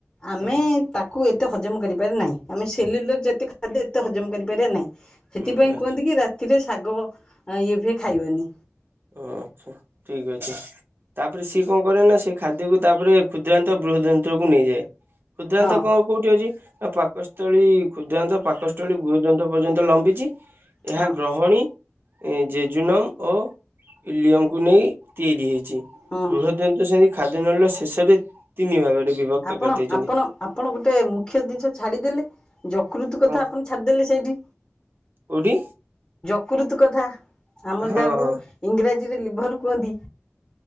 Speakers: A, on the left; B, on the right.
A: ଆମେ
B: ହୁଁ
A: ତାକୁ ଏତେ ତ ହଜମ କରିପାରେ ନାହିଁ। ଆମ ସିଲିଲୁ ଯତେ ଖାଇଲେ ତ ହଜମ କରିପରିବା ନାହିଁ। ସେଥିପାଇଁ
B: ହୁଁ ଆଚ୍ଛା
A: କୁହନ୍ତି କି ରାତିରେ ଶାଗ ଏବେ ଖାଇବନି।
B: ଓ ଆଚ୍ଛା ଠିକ ଅଛି ତାପରେ ସିଏ କଣ କରେ ନା ସେ ଖାଦ୍ୟକୁ ତାପରେ କ୍ଷୁଦ୍ରାନ୍ତ ବୃହ ଯନ୍ତ୍ରକୁ ନେଇଯାଏ। କୁଦ୍ରାନ୍ତକ
A: ହଁ
B: କୋଉଠି ଅଛି ଏ ପାକ ପାକସ୍ଥଳୀ ଖୁଦ୍ରାନ୍ତ ପାକସ୍ଥଳୀ ବୁହଦନ୍ତ ପର୍ଯ୍ୟନ୍ତ ତ ଲମ୍ବିଛି ଏହା
A: ହଁ
B: ଗ୍ରହଣୀ ଏ ଯେ ଜୁନମ ଓ ଇିଲୟମକୁ ନେଇ ତିଆରି ହେଇଛି। ଛି।
A: ହଁ
B: ବୃହ ଜ ସେ ଖାଦ୍ୟ ନଳୀ ର ଶେଷରେ ତିନି ଭାଗରେ ବିଭକ୍ତ
A: ଆପଣ
B: କରିଦେଇଛନ୍ତି
A: ଆପଣ ଆପଣ ଗୋଟେ ମୁଖ୍ୟ ଜିନିଷ ଛାଡିଦେଲେ ଯକୃତ
B: କଣ
A: କଥା ଆପଣ ଛାଡିଦେଲେ ସେଇଠି।
B: କୋଉଠି?
A: କୁୃତ କଥା। ଆମର
B: ହଁ
A: ଯାହାକୁ
B: ହଁ
A: ଇଂରାଜୀ ଯ ଲିଭର କୁହନ୍ତି।